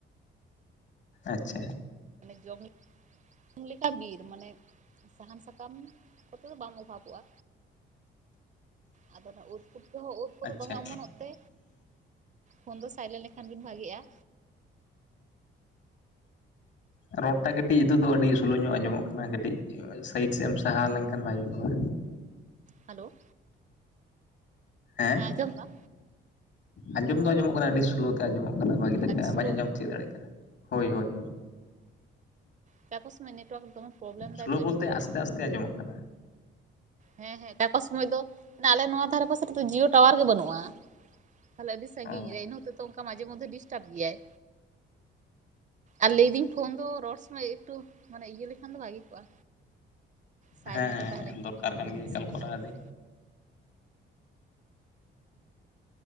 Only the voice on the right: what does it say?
ᱢᱟᱱᱮ ᱡᱚᱢ ᱧᱩ ᱧᱩᱛᱩᱢ ᱞᱮᱠᱟ ᱵᱤᱨ ᱢᱟᱱᱮ ᱥᱟᱦᱟᱱ ᱥᱟᱠᱟᱢ ᱠᱚᱛᱮ ᱫᱚ ᱵᱟᱝ ᱚᱵᱷᱟᱵᱚᱜᱼᱟ᱾ ᱟᱫᱚ ᱚᱱᱟ ᱩᱫ ᱯᱩᱴᱠᱟᱹ ᱦᱚᱸ ᱩᱫ ᱠᱚᱫᱚ
ᱫᱚᱢᱮ ᱚᱢᱚᱱᱚᱜ ᱛᱮ ᱯᱷᱳᱱ ᱫᱚ ᱥᱟᱭᱞᱮᱱ ᱞᱮᱠᱷᱟᱱ ᱜᱮᱢ ᱵᱷᱟᱹᱜᱤᱜᱼᱟ᱾
ᱦᱮᱞᱳ᱾
ᱟᱡᱚᱢ ᱫᱟ?
ᱟᱹᱰᱤ ᱥᱞᱳ
ᱚᱠᱟᱠᱚ ᱥᱚᱢᱳᱭ ᱱᱮᱴᱣᱟᱨᱠ ᱫᱚᱢᱮ ᱯᱨᱚᱵᱞᱮᱢ ᱫᱟᱭ
ᱛᱚ ᱤᱱᱟᱹ
ᱦᱚᱛᱮᱡ
ᱛᱮ
ᱦᱮᱸ ᱦᱮᱸ ᱚᱠᱟᱠᱚ ᱥᱚᱢᱚᱭ ᱫᱚ ᱢᱟᱱᱮ ᱟᱞᱮ ᱱᱚᱣᱟ ᱫᱷᱟᱨᱮ ᱯᱟᱥᱮ ᱨᱮᱫᱚ ᱡᱤᱭᱳ ᱴᱟᱣᱟᱨ ᱜᱮ ᱵᱟᱹᱱᱩᱜᱼᱟ᱾ ᱛᱟᱦᱚᱞᱮ ᱟᱹᱰᱤ ᱥᱟᱺᱜᱤᱧ
ᱨᱮ ᱤᱱᱟᱹ ᱦᱚᱛᱮᱡ ᱚᱱᱠᱟ ᱢᱟᱡᱷᱮ ᱢᱚᱫᱫᱷᱮ ᱰᱤᱥᱴᱟᱵ ᱜᱮᱭᱟᱭ᱾ ᱟᱨ ᱞᱟᱹᱭᱫᱟᱹᱧ ᱯᱷᱳᱱ ᱫᱚ ᱨᱚᱲ ᱥᱚᱢᱚᱭ ᱮᱠᱴᱩ ᱢᱟᱱᱮ ᱤᱭᱟᱹ ᱞᱮᱠᱷᱟᱱ ᱫᱚ ᱵᱷᱟᱜᱮ ᱠᱚᱜᱼᱟ᱾ ᱥᱟᱭᱞᱮᱱᱴ
ᱨᱮ ᱛᱟᱦᱮᱸ
ᱞᱮᱱᱠᱷᱟᱱ
ᱱᱳᱴᱤᱯᱷᱤᱠᱮᱥᱚᱱ
ᱠᱚ ᱵᱟᱝ ᱧᱟᱢᱟ᱾